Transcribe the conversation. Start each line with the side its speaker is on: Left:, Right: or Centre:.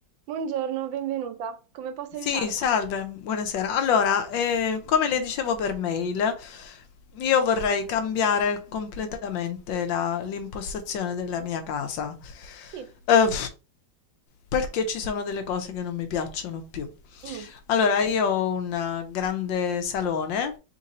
Right: Buongiorno, benvenuta. Come posso
Left: Sì,
Right: aiutarla?
Left: salve, buonasera. Allora, eh, come le dicevo per mail, io vorrei cambiare completamente la- l'impostazione della mia casa,
Right: Sì.
Left: Eh, perché ci sono delle cose che non mi piacciono più.
Right: Mm,
Left: Allora, io ho un eh, grande salone,